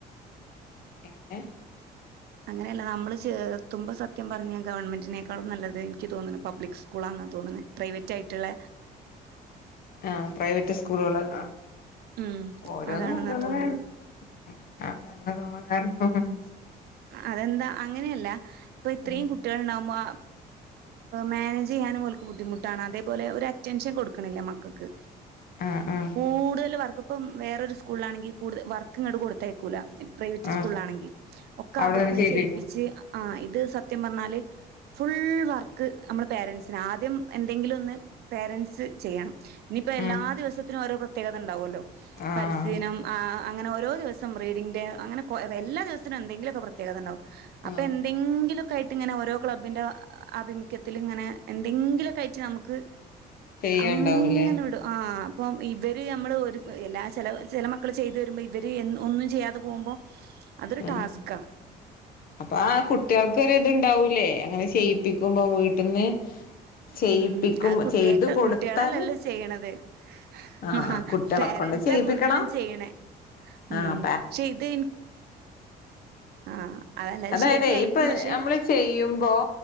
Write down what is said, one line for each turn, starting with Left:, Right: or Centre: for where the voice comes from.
Left: എങ്ങനെ
Right: അങ്ങനെയല്ല നമ്മള് ചേർത്തുമ്പോ സത്യം പറഞ്ഞ ഗവൺമെന്റിനേക്കാളും നല്ലത് എനിക്ക് തോന്നുന്നു പബ്ലിക് സ്കൂളാന്നാണ് തോന്നുന്നത് പ്രൈവറ്റ് ആയിട്ടുള്ള
Left: ആ പ്രൈവറ്റ് സ്കൂളുക
Right: ഉം
Left: ഓരോന്ന
Right: അതാണെന്നാ
Left: ഓരോന്ന അതെന്താ
Right: തോന്നുന്നെ
Left: അങ്ങനെ തോന്നാൻ കാരണം
Right: അതെന്താ അങ്ങനെയല്ല ഇപ്പൊ ഇത്രയും
Left: ഉം
Right: കുട്ടികൾ ഉണ്ടാകുമ്പോ മാനേജ് ചെയ്യാനും ബുദ്ധിമുട്ടാണ് അതേപോലെ ഒരു അറ്റൻഷൻ കൊടുക്കുന്നില്ല മക്കൾക്ക്
Left: ആഹ് ആഹ്
Right: കൂടുതൽ വർക്ക് ഇപ്പം വേറൊരു സ്കൂളിലാണെങ്കിൽ കൂടുതൽ വർക്കങ്ങട് കൊടുത്തേക്കൂല പ്രൈവറ്റ്
Left: ആഹ്
Right: സ്കൂളിലാണെങ്കിൽ ഒക്കെ
Left: അവിടെന്ന്
Right: അവിടുന്ന്
Left: ചെയ്യിപ്പിക്കും
Right: ചെയ്യിപ്പിച്ച് ആ ഇത് സത്യം പറഞ്ഞാല് ഫുൾ വർക്ക് നമ്മുടെ പേരൻസിന് ആദ്യം എന്തെങ്കിലും ഒന്ന് പേരൻസ് ചെയ്യണം ഇനിയിപ്പോ എല്ലാ
Left: ഉം
Right: ദിവസത്തിനും ഓരോ പ്രത്യേകത ഉണ്ടാവുമല്ലോ
Left: ആഹ്
Right: പരിസ്ഥീതി ദിനം ആ അങ്ങനെ ഓരോ ദിവസം റീഡിങ് ഡേ അങ്ങെ എല്ല ദിവസത്തിനും എന്തങ്കിലുമൊക്ക പ്രേത്യേകത ഉണ്ടാവും അപ്പൊ
Left: ആഹ്
Right: എന്തെങ്കിലുലൊക്കെ ആയിട്ട് ഇങ്ങനെ ഓരോ ക്ലബ്ബിന്റെ ആഭിമുഖ്യത്തിൽ ഇങ്ങനെ എന്തെങ്കിലുമൊക്കെയിട്ട് നമുക്ക്
Left: ചെയ്യാണ്ടാവൂലേ
Right: അങ്ങനെ വിടും ആ അപ്പം ഇവർ നമ്മൾ ഒരു എല്ലാ ചില ചില മക്കൾ ചെയ്ത് വരുമ്പോൾ ഇവർ ഒന്നും ചെയ്യാതെ പോകുമ്പോൾ അതൊരു
Left: ആഹ്
Right: ടാസ്ക്കാ
Left: അപ്പൊ ആ കുട്ടികൾക്കൊരിതുണ്ടാവൂലേ അങ്ങനെ ചെയ്യിപ്പിക്കുമ്പോ വീട്ടിൽന്ന് ചെയ്യിപ്പിക്കും
Right: ഉം അത് കുട്ടിയക്ക്
Left: ചെയ്തു കൊടുത്താല്
Right: കുട്ടികളല്ലല്ലോ ചെയ്യണത്
Left: ആഹ്
Right: ആ
Left: കുട്ടികളെ
Right: പേരന്സാ
Left: കൊണ്ട് ചെയ്യിപ്പിക്കണം
Right: കൂടുതലും ചെയ്യണേ ഉം
Left: ആഹ്
Right: പക്ഷേ ഇത് ആഹ് അതല്ല അത്
Left: അതയാതെ
Right: ശരിയായിരിക്കും
Left: ഇപ്പൊ
Right: പക്ഷെ
Left: നമ്മള് ചെയ്യുമ്പോ